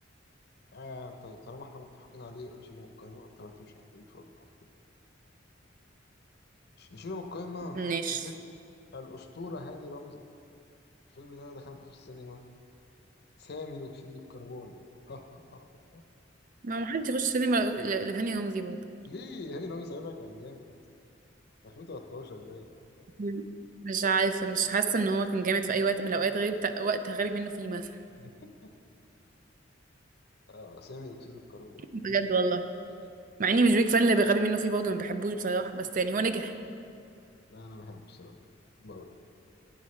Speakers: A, on the left; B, on the right.
A: آه طيب طالما احنا متفقين عليه يبقى نشيله من القايمه طالما انت مش عاجبك فقلت مش نشيله من القايمة ونحط
B: ماشي
A: فيلم الأسطورة هاني رمزي الفيلم اللي أنا دخلته في السينما سامي أكسيد الكربون <laughs>
B: ما محدش يخش سينما ل- لهاني رمزي برضه
A: ليه هاني رمزي ساعتها كان جامد 2013 باين
B: مم. مش عارفة مش حاسة ان هو كان جامد في اي وقت من الاوقات غير بتاع- وقت غبي منه فيه مثلا
A: <laughs> آه سامي أكسيد الكربون
B: بجد
A: يا إلهي
B: والله
A: يا إلهي.
B: مع اني مش بيك فان اللي غبي منه فيه برضه ما بحبوش بصراحة بس يعني هو نجح
A: لا أنا بحبه الصراحة بحبه أوي